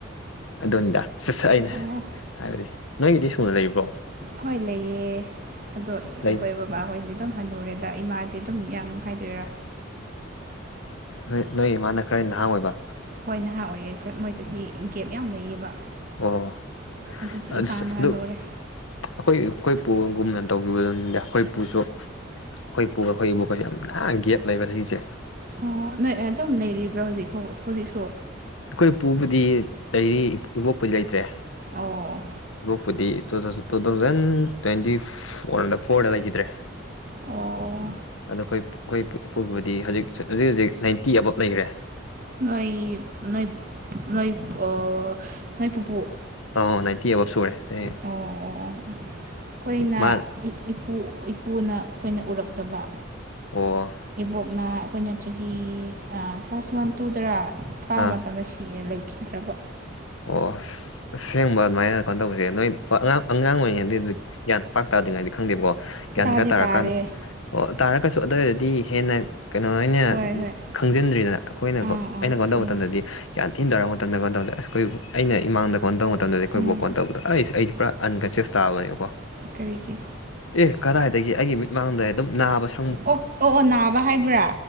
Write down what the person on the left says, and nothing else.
ꯑꯗꯨꯅꯤꯗ ꯁꯠ ꯁꯠ ꯑꯩꯅ
ꯍꯥꯏꯕꯗꯤ ꯅꯣꯏꯒꯤꯗꯤ ꯁꯨꯅ ꯂꯩ꯭ꯔꯣ
ꯂꯩ
ꯣꯏ ꯅꯣꯏ ꯏꯃꯥꯅ ꯈꯔ ꯂꯍꯥꯡ ꯑꯣꯏꯣꯏꯕ
ꯑꯣ
ꯑꯗꯠꯁ
ꯑꯗꯨ
ꯑꯈꯣꯏ ꯑꯩꯈꯣꯏ ꯄꯨꯨꯑꯪꯒꯨꯝꯅ ꯇꯧꯒꯤꯕꯗꯨꯅꯤꯗ ꯑꯩꯈꯣꯏ ꯄꯨꯨꯁꯨ ꯑꯈꯣꯏ ꯄꯨꯒ ꯑꯈꯣꯏ ꯏꯕꯣꯛꯀꯁꯦ ꯌꯥꯝ ꯅ ꯒꯦꯞ ꯂꯩꯕ ꯆꯍꯤꯁꯦ
ꯑꯈꯣꯏ ꯄꯨꯨꯕꯨꯗꯤ ꯂꯩꯔꯤ ꯏꯕꯣꯛꯄꯨꯗꯤ ꯂꯩꯇ꯭ꯔꯦ
ꯅꯣꯛꯄꯨꯗꯤ ꯇꯨ ꯗ ꯇꯨ ꯗꯥꯎꯖꯟ ꯇ꯭ꯋꯦꯟꯇꯤ ꯐꯣꯔꯅ ꯐꯣꯔꯗ ꯂꯩꯒꯤꯗ꯭ꯔꯦ
ꯑꯗꯣ ꯑꯈꯣꯏ ꯄꯨ ꯑꯈꯣꯏ ꯏꯄꯨꯕꯨꯗꯤ ꯍꯣꯖꯤꯛ ꯆ ꯍꯨꯖꯤꯛ ꯍꯨꯖꯤꯛ ꯅꯥꯏꯟꯇꯤ ꯑꯕꯞ ꯂꯩꯈ꯭ꯔꯦ
ꯑꯣ ꯅꯥꯥꯏꯟꯇꯤ ꯑꯕꯞ ꯁꯨꯔꯦ ꯆꯥꯍꯤ
ꯃꯥ
ꯑꯣ
ꯑꯥ
ꯑꯣ ꯑꯁꯦꯡꯕ ꯑꯗꯨꯃꯥꯏꯅ ꯀꯅꯣ ꯇꯧꯕꯖꯦ ꯅꯣꯏ ꯄ ꯑꯉꯥꯡ ꯑꯉꯥꯡ ꯑꯣꯏꯔꯤꯉꯩꯗꯗꯠ ꯒꯌꯥꯟ ꯄꯥꯛ ꯇꯥꯗ꯭ꯔꯤꯉꯩꯗꯤ ꯈꯪꯗꯦꯕꯀꯣ ꯒ꯭ꯌꯥꯟ
ꯒꯥ ꯇꯥꯔꯀꯟ
ꯑꯣ ꯇꯥꯔꯒꯁꯨ ꯑꯗꯨꯏꯗꯗꯤ ꯍꯦꯟꯅ ꯀꯩꯅꯣ ꯍꯤꯏꯅꯦ
ꯈꯪꯖꯤꯟꯗ꯭ꯔꯤꯗꯅ ꯑꯈꯣꯏꯅꯀꯣ
ꯑꯩꯅ ꯀꯅꯣ ꯇꯧꯕ
ꯃꯇꯝꯗꯗꯤ ꯀ꯭ꯌꯥꯟ ꯊꯤꯟꯅ ꯇꯔꯛ ꯃꯇꯝꯗ ꯀꯟ ꯇꯧꯗꯦ ꯑꯁ ꯑꯩꯈꯣꯏꯕꯨ ꯑꯩꯅ ꯏꯃꯥꯡꯗ ꯐꯣꯟ ꯇꯧ ꯃꯇꯝꯗꯗꯤ ꯑꯩꯈꯣꯏꯕꯣꯛ
ꯀꯣꯟ ꯇꯧꯕꯗ ꯑꯩꯁ ꯑꯩꯗꯤ ꯄꯨꯔꯥ ꯑꯟꯀꯟꯁꯦꯁ ꯇꯥꯕꯅꯦꯕꯀꯣ
ꯑꯦ ꯀꯗꯥꯏꯗꯒꯤ ꯑꯩꯒꯤ ꯃꯤꯠꯃꯥꯡꯗ ꯑꯗꯨꯝ ꯅꯥꯕ ꯁ